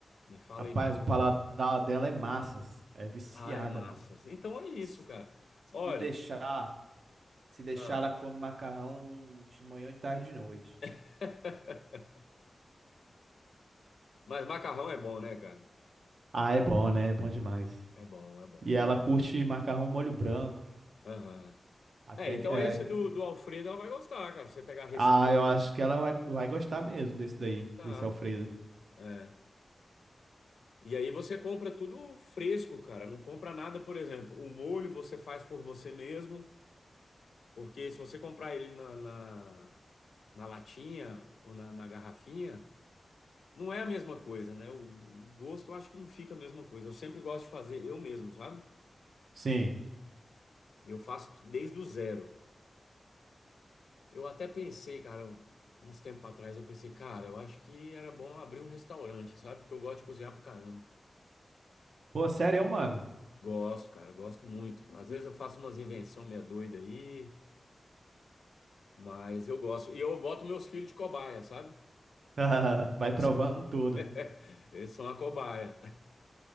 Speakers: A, on the left (about 85°); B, on the right (about 75°).
A: Me fala
B: Rapaz,
A: aí mais
B: o
A: ou
B: paladar
A: menos.
B: dela é massas. É viciada,
A: Ai, massas.
B: mano.
A: Então é isso,
B: Se
A: cara. Olha,
B: se deixar, se deixar,
A: ah,
B: ela come macarrão de manhã, de tarde e de noite.
A: <laughs> mas macarrão é bom, né, cara?
B: Ah, é bom, né? É bom demais.
A: É bom, é bom.
B: E ela curte macarrão molho branco.
A: Aham.
B: Até
A: É, então
B: que. é,
A: esse do, do Alfredo ela vai gostar, cara. Se você pegar a receita
B: Ah, eu
A: dele,
B: acho que ela vai, vai gostar mesmo desse daí,
A: vai gostar.
B: desse Alfredo.
A: É. E aí você compra tudo fresco, cara. Não compra nada, por exemplo, o molho você faz por você mesmo, porque se você comprar ele na, na, na latinha ou na, na garrafinha, não é a mesma coisa, né? O, o gosto eu acho que não fica a mesma coisa. Eu sempre gosto de fazer eu mesmo, sabe?
B: Sim.
A: Eu faço desde o zero. Eu até pensei, cara, uns tempos atrás, eu pensei, cara, eu acho que era bom abrir um restaurante, sabe? Porque eu gosto de cozinhar pra caramba.
B: Pô, sério, mano.
A: Gosto, cara, gosto muito. Às vezes eu faço umas invenções meia doida aí, mas eu gosto. E eu boto meus filhos de cobaia, sabe?
B: <laughs> Vai
A: Eles,
B: provando tudo.
A: <laughs> eles são a cobaia.